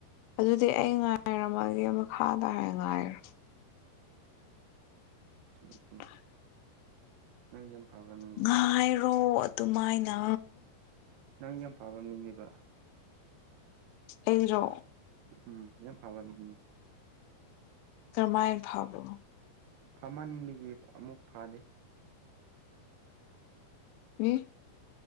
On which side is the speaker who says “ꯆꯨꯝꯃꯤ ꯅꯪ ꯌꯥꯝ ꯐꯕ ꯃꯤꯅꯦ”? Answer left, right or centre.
Right